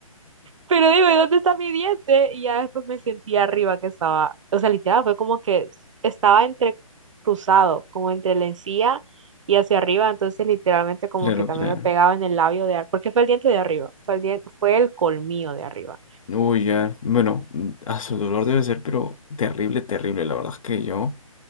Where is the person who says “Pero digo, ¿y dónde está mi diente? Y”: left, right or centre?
Right